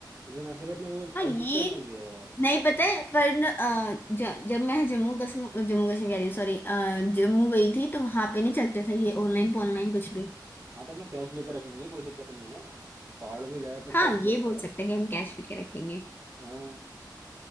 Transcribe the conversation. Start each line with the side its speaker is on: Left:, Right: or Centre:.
Right: इतना फिर अपने वो
Left: हाँ ये
Right: एडजस्ट कर लेंगे यार
Left: नहीं पता है पर न, अ, ज, जब मैं जम्मू कश्मीर जम्मू कश्मीर कह रही हूँ सॉरी जम्मू गई थी तो वहां पे नहीं चलते थे ये ऑनलाइन ऑनलाइन कुछ भी
Right: हाँ तो अपना कैश लेके रखेंगे कोई दिक्कत नहीं है पहाड़ों में ज्यादातर
Left: हाँ
Right: कैश ही
Left: ये
Right: चलता
Left: बोल सकते
Right: है
Left: हैं कि हम कैश लेके रखेंगे
Right: हाँ